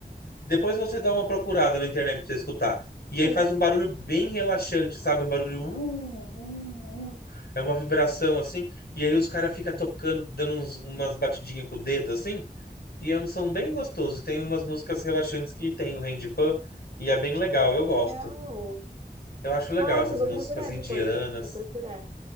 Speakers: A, on the left; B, on the right.
A: depois você dá uma procurada na internet pra você escutar. E
B: Sim.
A: aí faz um barulho bem relaxante, sabe? Um barulho. uh, uh, uh. É uma vibração assim. E aí os caras ficam tocando, dando uns- umas batidinhas com o dedo assim. E é um som bem gostoso. Tem umas músicas relaxantes que tem o Randy Pan E é bem legal, eu
B: Que legal.
A: gosto. Eu acho legal
B: Nossa,
A: essas
B: eu vou
A: músicas
B: procurar
A: indianas.
B: depois. Vou procurar.